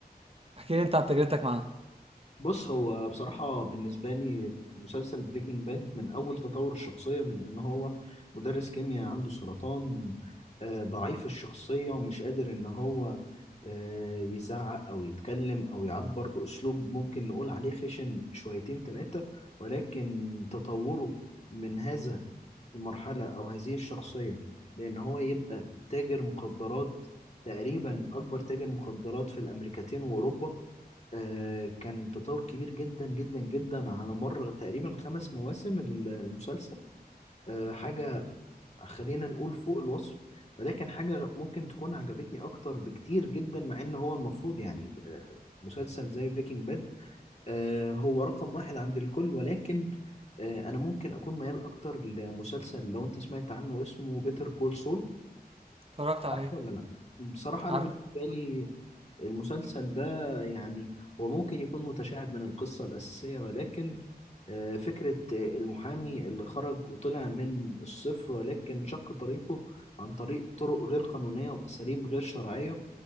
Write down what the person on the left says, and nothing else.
بص هو بصراحة بالنسبة لي مسلسل بريكنج باد من أول تطور الشخصية من إن هو مدرس كيمياء عنده سرطان آه، ضعيف الشخصية ومش قادر إن هو آه، يزعق أو يتكلم أو يعبر بأسلوب ممكن نقول عليه خشن شويتين تلاتة ولكن تطوره من هذا المرحلة أو هذه الشخصية لأن هو يبقى تاجر مخدرات تقريبا أكبر تاجر مخدرات في الأمريكتين وأوروبا آه، كان تطور كبير جدا جدا جدا على مر تقريبا خمس مواسم ال- المسلسل آه، حاجة خلينا نقول فوق الوصف ولكن حاجة ممكن تكون عجبتني أكتر بكتير جدا مع إن هو المفروض يعني آه، مسلسل زي بريكنج باد هو رقم واحد عند الكل ولكن آه، أنا ممكن أكون ميال أكتر لمسلسل لو أنت سمعت عنه اسمه بيتر كول سول
عارفه
ولا لأ؟ بصراحة أنا
بالنسبة لي المسلسل ده يعني هو ممكن يكون متشعب من القصة الأساسية ولكن آه، فكرة آه، المحامي اللي خرج وطلع من الصفر ولكن شق طريقه عن طريق طرق غير قانونية وأساليب غير شرعية